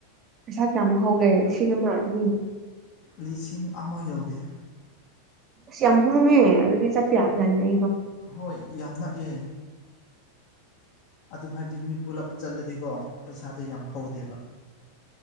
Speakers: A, on the right; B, on the left.
A: ꯄꯩꯁꯥ ꯀꯌꯥꯃꯨꯛ ꯍꯧꯒꯦ ꯂꯤꯁꯤꯡ ꯑꯃ ꯑꯅꯤ
B: ꯂꯤꯁꯤꯡ ꯑꯃ ꯌꯧꯗꯦ
A: ꯁꯝꯍꯨ ꯃ ꯑꯗꯨ ꯆ ꯄꯌꯥꯕꯖꯅꯤ ꯌꯥ
B: ꯍꯣꯏ ꯌꯥꯝ ꯅꯛꯑꯦ ꯑꯗꯨꯝ ꯍꯥꯏꯕꯗꯤ ꯃꯤ ꯄꯨꯂꯞ ꯆꯠꯂꯗꯤꯀꯣ ꯄꯩꯁꯥꯗꯣ ꯌꯥꯝ ꯍꯧꯗꯦꯕ